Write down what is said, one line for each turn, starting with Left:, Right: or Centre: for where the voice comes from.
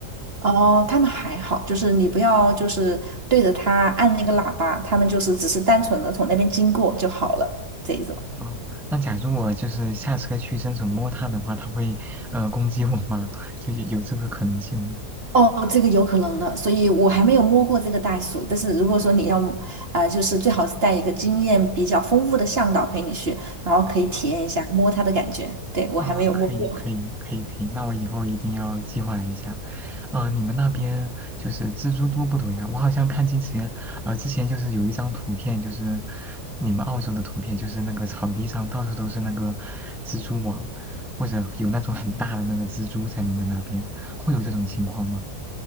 Right: 哦，他们还好，就是你不要就是对着他按那个喇叭，他们就是只是单纯的从那边经过就好了，这意思吧？
Centre: 哦，那假如我就是下车去伸手摸它的话，它会呃攻击我吗？就有有这个可能性吗？
Right: 哦，这个有可能的，所以我还没有摸过这个袋鼠。但是如果说你要，啊、就是最好是带一个经验比较丰富的向导陪你去，然后可以体验一下摸它的感觉。
Centre: 哦
Right: 对，我还没有摸过。
Centre: 啊，可以，可以，可以，可以，那我以后一定要计划一下。呃，你们那边就是蜘蛛多不多呀？我好像看之前，呃，之前就是有一张图片，就是你们澳洲的图片，就是那个草地上到处都是那个蜘蛛网，或者有那种很大的那个蜘蛛在你们那边，会有这种情况吗？